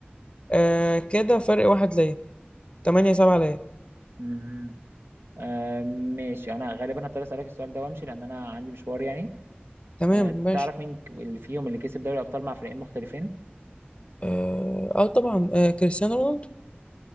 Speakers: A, on the left; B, on the right.
A: آه كده فرق واحد ليا 8 7 ليا
B: مم. آه ماشي انا غالبا هضطر اسالك السؤال ده وامشي لان انا عندي مشوار يعني
A: تمام
B: آه،
A: ماشي
B: تعرف مين اللي فيهم اللي كسب دوري ابطال مع فريقين مختلفين
A: اه آه، طبعا آه كريستيانو رونالدو